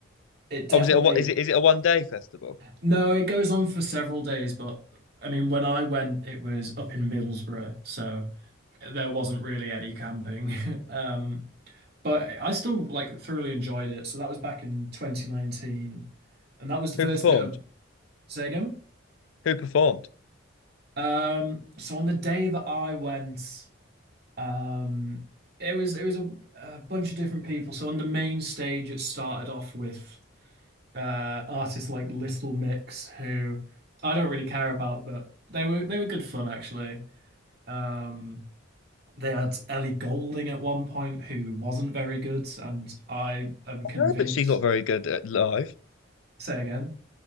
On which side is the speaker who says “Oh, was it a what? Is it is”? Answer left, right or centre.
Left